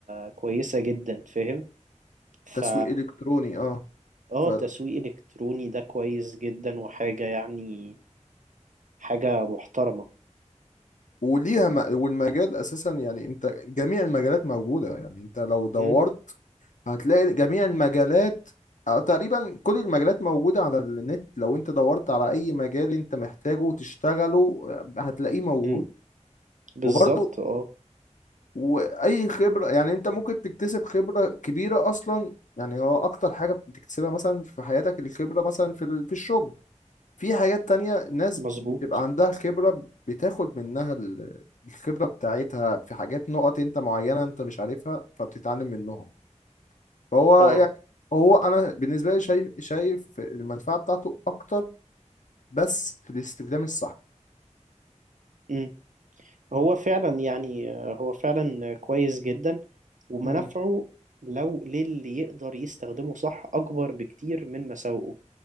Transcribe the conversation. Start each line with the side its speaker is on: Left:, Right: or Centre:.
Right: كويسة جدا فاهم ف
Left: تسويق الكتروني اه
Right: اه
Left: ف
Right: تسويق الكتروني ده كويس جدا وحاجه يعني حاجه محترمه
Left: وليها م... والمجال اساسا يعني انت جميع المجالات موجوده يعني انت لو دورت
Right: امم
Left: هتلاقي جميع المجالات او تقريبا كل المجالات موجوده على النت لو انت دورت على اي مجال انت محتاجه وتشتغله آه، هتلاقيه موجود
Right: امم بالظبط
Left: وبرضه
Right: اه
Left: واي خبره يعني انت ممكن تكتسب خبره كبيره اصلا يعني هو اكتر حاجه بتكتسبها مثلا في حياتك الخبره مثلا في ال- في الشغل في حاجات تانية ناس
Right: مظبوط
Left: بتبقى عندها خبره بتاخد منها ال- الخبره بتاعتها في حاجات نقط انت معينه انت مش عارفها فبتتعلم منهم فهو
Right: اه
Left: يعني هو انا بالنسبه لي شايف شايف المنفعه بتاعته اكتر بس في الاستخدام الصح
Right: امم هو فعلا يعني آه، هو فعلا كويس جدا ومنافعه
Left: امم
Right: لو للي يقدر يستخدمه صح اكبر بكتير من مساوئه